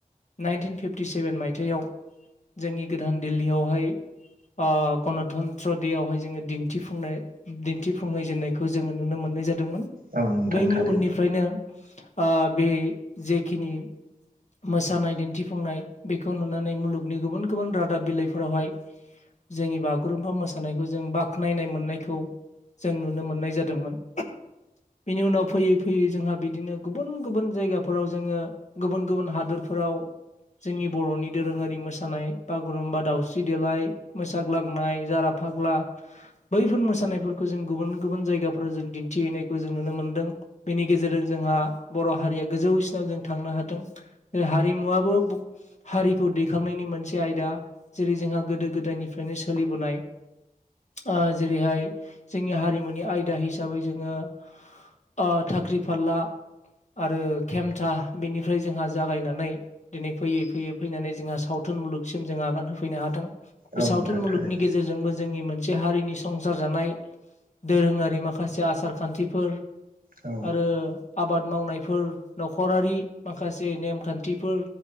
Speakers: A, on the left; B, on the right.
A: नाइनटिन फिफटि सेभेन मायथाइयाव जोंनि गोदान दिल्लीयावहाय ओ गनतन्त्र देयावहाय जोङो दिन्थिफुंनाय दिन्थिफुंहै जेननायखौ जोङो नुनो मोननाय जादोंमोन
B: औ नोंथां
A: बैनि
B: थारैनो
A: उननिफ्रायनो ओ बे जेखिनि मोसानाय दिन्थिफुंनाय बेखौ नुनानै मुलुगनि गुबुन गुबुन रादाब बिलाइफोरावहाय जोंनि बागुरुम्फा मोसानायखौ जों बाख्नायनाय मोननायखौ जों नुनो मोननाय जादोंमोन। बिनि उनाव फैयै फैयै जोंहा बिदिनो गुबुन गुबुन जायगाफोराव जोङो गुबुन गुबुन हादरफोराव जोंनि बर'नि दोरोङारि मोसानाय बागुरुम्बा दावउस्रि देलाय मोसाग्लांनाय जारा फाग्ला बैफोर मोसानायफोरखौ जों गुबुन गुबुन जायगाफोराव जों दिन्थिहैनायखौ जों नुनो मोनदों। बेनि गेजेरजों जोंहा बर' हारिया गोजौसिनाव जों थांनो हादों। हारिमुवाबा बो हारिखौ दैखांनायनि मोनसे आयदा जेरै जोंहा गोदो गोदायनिफ्रायनो सोलिबोनाय ओ जेरैहाय जोंनि हारिमुनि आयदा हिसाबै जोङो ओ थाख्रि फारला आरो केेमथा बेनिफ्राय जोंहा जागायनानै दिनै फैयै फैयै फैनानै जोंहा सावथुन मुलुगसिम जों आगान होफैनो हादों।
B: औ
A: बे सावथुन
B: नोंथां
A: मुलुगनि
B: थारैनो
A: गेजेरजोंबो जोंनि मोन मोनसे हारिनि संसार जानाय दोरोङारि माखासे आसार खान्थिफोर।
B: औ
A: आरो आबाद मावनायफोर नखरारि माखासे नेमखान्थिफोर।